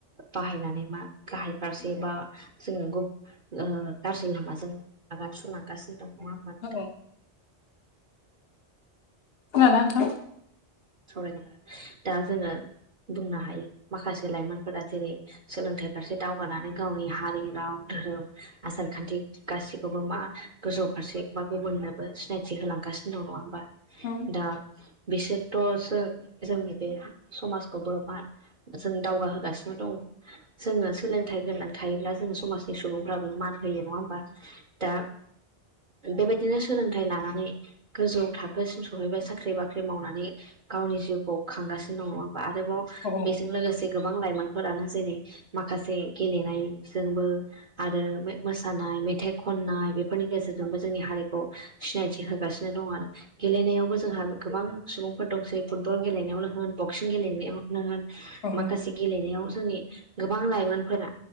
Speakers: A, on the right; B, on the left.
A: बाहायनानै मा गाहाय फारसे बा जोङो गु ओ गाज्रि लामाजों आगान सुरलांगासिनो दङ नङा
B: <unintelligible>
A: नोंथां
B: खोनादोना नोंथां?
A: सावरायगोन दा जोङो बुंनो हायो माखासे लाइमोनफोरा जेरै सोलोंथाइ फारसे दावगानानै गावनि हारि राव धोरोम आसार खान्थि गासैखौबो मा गोजौ फारसे बा गुबुननोबो सिनायथि होलांगासिनो दं नङा ओमबा
B: औ
A: दा बिसोर थ' जो जोंनि बे समाजखौबो मा जों दावगाहोगासिनो दङ। जोङो सोलोंथाइ गोनां थायोब्ला जोङो समाजनि सुबुंफ्राबो मान होयो नङा ओमबा? दा बेबायदिनो सोलोंथाइ लानानै गोजौ थाखोसिम सहैबाय साख्रि बाख्रि मावनानै गावनि जिउखौ खांगासिनो दङ। बा आरोबाव
B: औ
A: बेजों लोगोसे गोबां लाइमोनफोरानो जेरै माखासे गेलेनायजोंबो आरो मो-मोसानाय मेथाइ खननाय बेफोरनि गेजेरजोंबो जोंनि हारिखौ सिनायथि होगासिनो दं आरो। गेलेनायावबो जोंहा गोबां सुबुं फोर दंसै फुटबल गेलेनायावनो होन बक्सिं गेलेनायावनो होन
B: औ
A: माखासे गेलेनायाव जोंनि गोबां लाइमोनफोरा